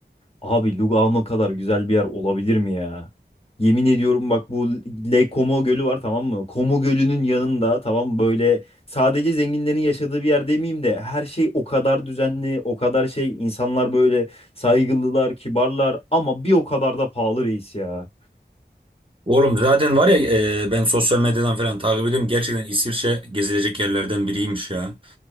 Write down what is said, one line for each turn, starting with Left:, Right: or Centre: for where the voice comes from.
Left: Abi Lugano kadar güzel bir yer olabilir mi ya? Yemin ediyorum bak bu Lake Como Gölü var tamam mı? Como Gölü'nün yanında tamam böyle sadece zenginlerin yaşadığı bir yer demeyeyim de her şey o kadar düzenli, o kadar şey insanlar böyle saygılılar, kibarlar ama bir o kadar da pahalı reis ya.
Right: Oğlum zaten var ya e, ben sosyal medyadan falan takip ediyorum. Gerçekten İsviçre gezilecek yerlerden biriymiş ya.